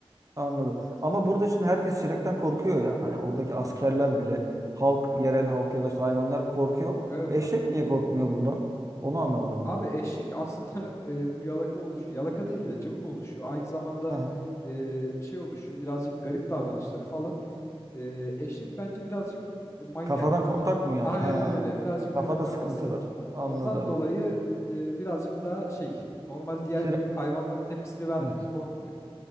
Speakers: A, on the right; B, on the left.
A: Anladım. Ama burada şimdi herkes şirekten korkuyor ya. Hani oradaki askerler bile halk, yerel halk ya da işte hayvanlar korkuyor.
B: Evet
A: Eşek
B: abi.
A: niye korkmuyor bundan? Onu anlamadım
B: Abi
A: ben.
B: eşek aslında <laughs> e, bu yalaka oluşuyor. yalaka değil de cıvık oluşuyor. Aynı zamanda
A: Ha.
B: e, şey oluşuyor, birazcık garip davranışları falan. E, eşek bence birazcık manyak.
A: Kafadan kontak mı yani?
B: Aynen
A: Ha.
B: öyle, birazcık
A: Kafada
B: kırık kafası.
A: sıkıntı var. Anladım.
B: Ondan dolayı e, birazcık daha şey, normal diğer
A: Şirek.
B: hayvanların tepkisini vermiyor,
A: Evet.
B: korkmuyor.